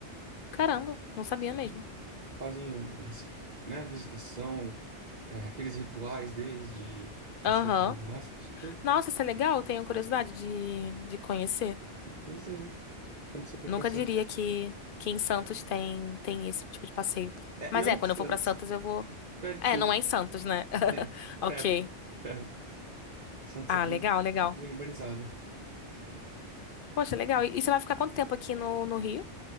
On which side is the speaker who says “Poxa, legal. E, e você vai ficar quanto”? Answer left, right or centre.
Left